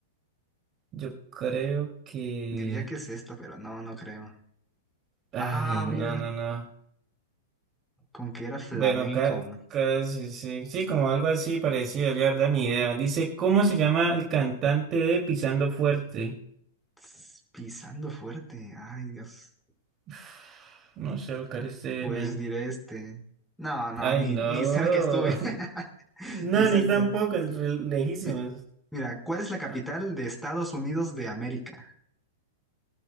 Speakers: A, on the right; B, in the centre.
A: yo creo que...
B: Diría que es esta, pero no, no creo.
A: Ay,
B: Ah,
A: no,
B: mira,
A: no, no.
B: con que era flamenco.
A: Bueno, ca-
B: ¿no?
A: casi, sí, sí, como algo así parecido, yo la verdad ni idea. Dice, ¿cómo se llama el cantante de Pisando Fuerte?
B: Tss, Pisando fuerte. Ay, Dios.
A: <sighs> No sé, buscar este
B: Pues
A: men.
B: diré este. No, no,
A: Ay,
B: ni,
A: no.
B: ni cerca estuve.
A: <laughs>
B: <laughs>
A: No,
B: Ni cerca.
A: ni tampoco, es re- lejísimos.
B: Mi- Mira, ¿cuál es la capital
A: Ah,
B: de Estados Unidos de América?